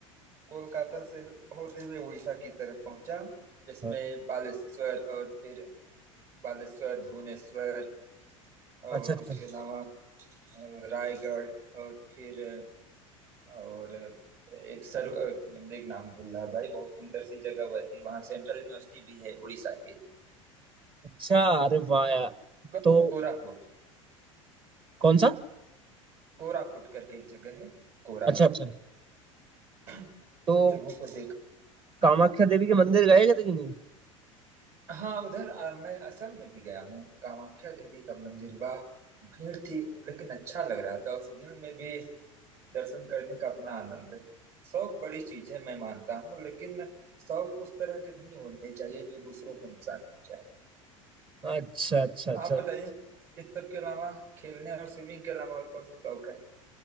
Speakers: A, on the right (about 55°); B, on the right (about 30°).
A: कोलकाता से होते हुए उड़ीसा की तरफ पहुंचा जिसमें
B: हाँ।
A: बालेश्वर और फिर बालेश्वर भुवनेश्वर और
B: अच्छा अच्छा
A: उसके अलावा अ, रायगढ़ और फिर अ, और अ, एक सर अ, एक नाम भूल रहा भाई बहुत सुंदर सी जगह हुआ थी वहां सेंट्रल यूनिवर्सिटी भी है उड़ीसा की
B: अच्छा अरे वाह यार
A: को-
B: तो
A: कोरापुट
B: कौन सा
A: कोरापुट करके एक जगह है कोरापुट
B: अच्छा अच्छा
A: इन
B: तो
A: सब जगहों को देख
B: कामाख्या देवी के मंदिर गए थे कि नहीं
A: हाँ उधर आ, मैं असम में भी गया हूँ कामाख्या देवी का मंदिर वाह भीड़ थी लेकिन अच्छा लग रहा था उस भीड़ में भी दर्शन करने का अपना आनंद है शौक बड़ी चीज है मैं मानता हूँ लेकिन शौक उस तरह के नहीं होने चाहिए जो दूसरों को नुकसान पहुंचाए
B: अच्छा अच्छा अच्छा
A: आप बताइए इस सब के अलावा खेलने और स्विमिंग के अलावा और कौन से शौक है